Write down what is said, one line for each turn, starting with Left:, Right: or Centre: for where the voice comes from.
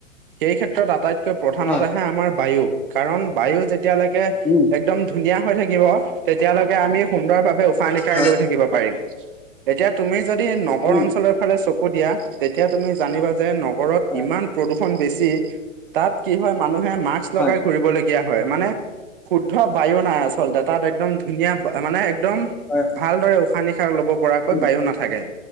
Right: সেই ক্ষেত্ৰত আটাইতকৈ প্ৰধান
Centre: হয়
Right: এটা- হে আমাৰ বায়ু। কাৰণ বায়ু যেতিয়ালৈকে-
Centre: উম।
Right: একদম ধুনীয়া হৈ থাকিব তেতিয়ালৈকে আমি সুন্দৰ ভাৱে উশাহ নিশাহ
Centre: হয়
Right: লৈ থাকিব পাৰিম। এতিয়া তুমি যদি নগৰ
Centre: উম
Right: অঞ্চলৰ ফালে চকু দিয়া তেতিয়া তুমি জানিবা যে নগৰত
Centre: হয়
Right: ইমান- প্ৰদূষণ বেছি, তাত কি হয় মানুহে মাস্ক
Centre: হয়
Right: লগাই ঘুৰিব লগীয়া- হয়। মানে তাত শুদ্ধ বায়ু নাই আচলতে। তাত একদম ধুনীয়া মানে একদম-
Centre: হয়।
Right: ভালদৰে উশাহ নিশাহ লব পৰাকৈ
Centre: উম
Right: বায়ু নাথাকে।